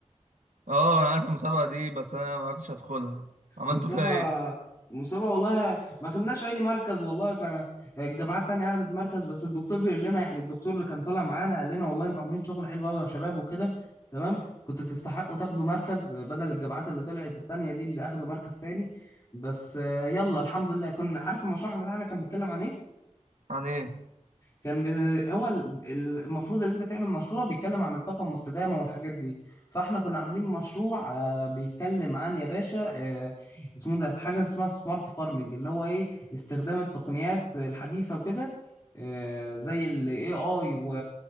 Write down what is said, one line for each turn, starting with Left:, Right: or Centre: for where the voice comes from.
Right: اه انا عارف المسابقه دي بس انا ما عرفتش ادخلها عملتوا
Left: مسابقة
Right: فيها ايه
Left: مسابقة والله ما خدناش أي مركز والله كان الجامعات التانية أخدت مركز بس الدكتور بيقول لنا يعني الدكتور اللي كان طالع معانا قال لنا والله أنتوا عاملين شغل حلو أوي يا شباب وكده تمام كنتوا تستحقوا تاخدوا مركز بدل الجامعات اللي طلعت التانية دي اللي أخدوا مركز تاني بس آه، يلا الحمد لله كنا عارف المشروع بتاعنا كان بيتكلم عن إيه؟
Right: عن ايه
Left: كان ب... هو ال- ال- المفروض ان انت تعمل مشروع بيتكلم عن الطاقه المستدامه والحاجات دي فاحنا كنا عاملين مشروع آه، بيتكلم عن يا باشا آه، اسمه ده حاجه اسمها سمارت فارمنج اللي هو ايه استخدام التقنيات الحديثه وكده آه، زي الاي اي و